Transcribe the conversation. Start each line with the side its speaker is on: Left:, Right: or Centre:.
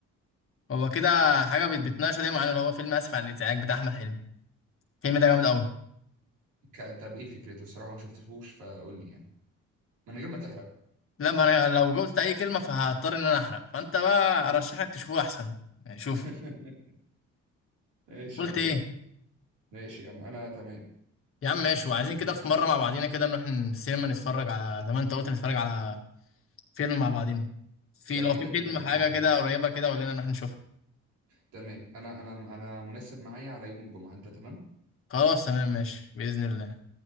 Left: هو كده حاجة بت- بتناقشوا دايما عن اللي هو فيلم آسف على الإزعاج بتاع أحمد حلمي الفيلم ده جامد أوي
Right: ك- طب ايه فكرته الصراحه ما شفتهوش فقول لي يعني من غير ما تحرق
Left: لا ما أنا لو قلت أي كلمة فهضطر إن أنا أحرق فأنت بقى أرشحك تشوفه أحسن يعني شوف
Right: <laughs> ماشي
Left: قلت
Right: يا
Left: إيه
Right: عم ماشي يا عم انا تمام
Left: يا عم ماشي
Right: انا
Left: وعايزين
Right: تمام
Left: كده في مرة مع بعضينا كده نروح السينما نتفرج على زي ما أنت قلت نتفرج على فيلم مع بعضينا في
Right: ده
Left: لو
Right: كده
Left: في
Right: كده
Left: فيلم
Right: باذن
Left: حاجة
Right: الله
Left: كده قريبة كده قول لنا نروح نشوفها
Right: تمام انا انا انا مناسب معايا على يوم الجمعه انت تمام
Left: خلاص تمام ماشي بإذن الله